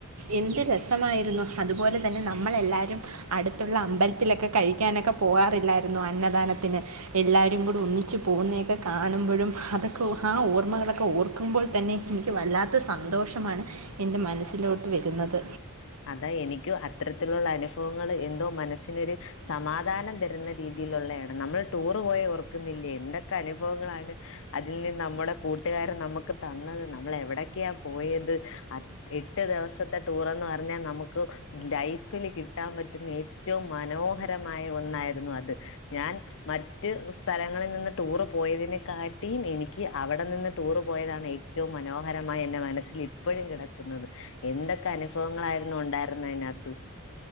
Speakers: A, on the right (about 85°); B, on the left (about 60°).
A: എന്ത് രസമായിരുന്നു അത്പോലെ തന്നെ നമ്മളെല്ലാരും അട് ത്തുള്ള അമ്പൽത്തിലൊക്കെ കഴിക്കാനൊക്കെ പോവാറില്ലാര്ന്നോ അന്നദാനത്തിന് എല്ലാരും കൂടി ഒന്നി ച്ച് പോകുന്നയൊക്കെ കാണുമ്പഴും അതൊക്കെ ഓ ആ ഓർമ്മകളൊക്കെ ഓർക്കുമ്പോൾ തന്നെ ക്ക് വല്ലാത്ത സന്തോഷമാണ് എൻ്റെ മനസ്സിലോട്ട് വരുന്നത്.
B: അതാ എനിക്കും അത്തരത്തിലുള്ള അനുഫഅങ്ങള് എന്തോ മനസ്സിനൊര് സമാധാനം തരുന്ന രീതിയിലൊള്ളയാണ് നമ്മള് ടൂറ് പോയെ ഓർക്കുന്നില്ലേ എന്തൊക്കെ അനുഭവങ്ങളാണ്. അതിൽ നിന്ന് ന്നമ്മടേ കൂട്ടുകാരൻ ന്നമ്മുക്ക് തന്നത് ന്നമ്മള് എവടൊക്കെയാ പോയത് അ എട്ട് ദിവസത്തെ ടൂറെന്ന് പർഞ്ഞാ നമുക്ക് ലൈഫില് കിട്ടാൻ പറ്റുന്ന ഏ റ്റവും മനോഹരമായ ഒന്നായിരുന്നു അത് ഞാൻ മറ്റ് സ്ഥലങ്ങളിൽ നിന്ന് ടൂറ് പോയതിനെക്കാട്ടീം എനിക്ക് അവടെ നിന്ന് ടൂറ് പോയതാണ് ഏ റ്റവും മനോഹരമായി എന്റെ മനസ്സില് ഇപ്പഴും കേടക്കുന്നത്. എന്തൊക്കെ അനുഫവങ്ങളായിരുന്നു ഉണ്ടായിരുന്നെ അയ്നകത്ത്.